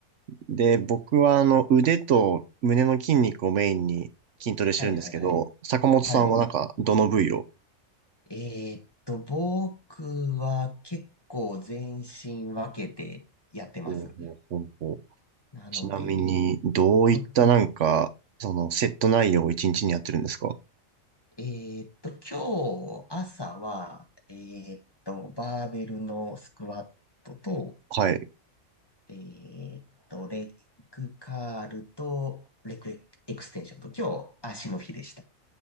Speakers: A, on the right; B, on the left.
A: で、僕はあの、腕と胸の筋肉をメインに筋トレしてるんですけど、
B: はいはいはい。
A: 坂本さんはなんか、
B: はい。
A: どの部位を
B: えーっと、僕は結構全身分けてやってます。
A: ほうほうほうほう
B: なので、
A: ちなみに、
B: えーっ
A: どういったなんか、
B: と、
A: その、セット内容を一日にやってるんですか
B: えーっと、今日朝は、えーっと、バーベルのスクワットと、
A: はい。
B: えーっと、レッグカールと、レッグエクステンションと、今日足の日でした。